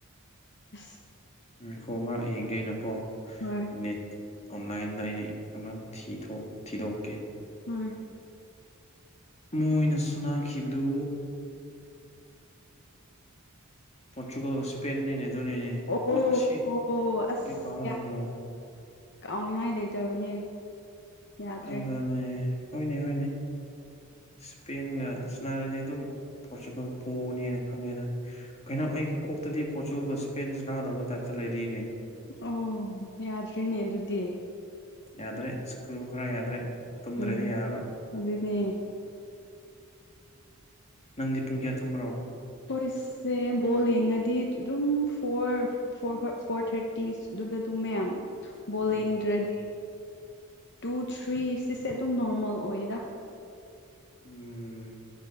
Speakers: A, on the left (about 55°); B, on the left (about 30°).
A: ꯑꯥꯁ
B: UNINTELLIGIBLE ꯑꯃ
A: ꯍꯣꯏ
B: ꯊꯤꯗꯣꯛ-ꯊꯤꯗꯣꯛꯀꯦ
A: ꯍꯣꯏ
B: ꯃꯣꯏꯅ ꯁꯥꯟꯅꯈꯤꯕꯗꯨ ꯄꯣꯔꯇꯨꯒꯜꯒ ꯏꯁꯄꯦꯟꯅꯦꯅꯦ ꯑꯗꯨꯅꯦꯅꯦ
A: ꯑꯣ
B: ꯑꯁꯤ
A: ꯑꯣ ꯑꯁ
B: ꯀꯔꯤ ꯀꯥꯎ ꯂꯩꯕ꯭ꯔꯣ
A: ꯀꯥꯎꯅꯤꯡꯉꯥꯏ ꯂꯩꯇꯕꯅꯦ ꯌꯥꯗ꯭ꯔꯦ
B: ꯑꯗꯨꯅꯦ ꯍꯣꯏꯅꯦ ꯍꯣꯏꯅꯦ ꯏꯁꯄꯦꯟꯒ ꯁꯥꯅꯔꯗꯤ ꯑꯗꯨꯝ ꯄꯣꯔꯇꯨꯒꯜ ꯄꯣꯅꯦꯅ ꯈꯪꯉꯦꯗ ꯀꯩꯅꯣ ꯑꯩꯒꯤ ꯀꯣꯛꯇꯗꯤ ꯄꯣꯔꯇꯨꯒꯜꯒ ꯏꯁꯄꯦꯟ ꯁꯥꯟꯅꯒꯗꯧꯕ ꯇꯥꯏꯞꯇ ꯂꯩꯔꯤꯌꯦꯅꯦ
A: ꯑꯣ ꯌꯥꯗ꯭ꯔꯦꯅꯦ ꯑꯗꯨꯗꯤ
B: ꯌꯥꯗ꯭ꯔꯦ ꯁꯀ꯭ꯔꯨ ꯈꯔ ꯌꯥꯗ꯭ꯔꯦ ꯇꯨꯝꯗ꯭ꯔꯗꯤ
A: ꯎꯝ
B: ꯌꯥꯔꯔꯣꯏ
A: ꯑꯗꯨꯅꯦ
B: ꯅꯪꯗꯤ ꯄꯨꯡ ꯀꯌꯥ ꯇꯨꯝꯕ꯭ꯔꯣ
A: ꯈꯣꯏꯁꯦ ꯕꯣꯜ ꯌꯦꯡꯉꯗꯤ ꯑꯗꯨꯝ ꯐꯣꯔ <unintelligible> ꯐꯣꯔ ꯊ꯭ꯔꯇꯤꯁ ꯑꯗꯨꯒ ꯇꯨꯝꯃꯦ <unintelligible> ꯕꯣꯜ
B: ꯎꯝ
A: ꯌꯦꯡꯗ꯭ꯔꯗꯤ ꯇꯨ ꯊ꯭ꯔꯤ ꯁꯤꯁꯦ ꯑꯗꯨꯝ ꯅꯣꯔꯃꯦꯜ ꯑꯣꯏꯌꯦꯗ
B: ꯎꯝ